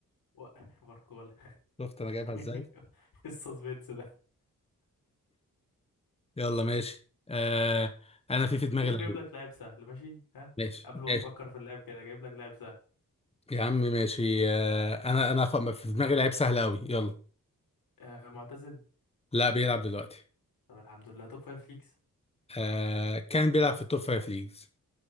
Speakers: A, on the left (about 85°); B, on the left (about 15°).
A: و... <laughs> باركولا
B: شفت انا جايبها ازاي
A: <laughs> السسبنس ده
B: يلا ماشي آه انا في في دماغي
A: شوف
B: لعيب
A: جايب لك لاعب سهل ماشي ها
B: ماشي
A: قبل ما
B: ماشي
A: تفكر في اللاعب كده جايب لك لاعب سهل
B: يا عم ماشي آه انا انا ف- في دماغي لعيب سهل قوي يلا
A: آه معتزل
B: لا بيلعب دلوقتي
A: طب الحمد لله توب فايف ليجز
B: آه كان بيلعب في التوب فايف ليجز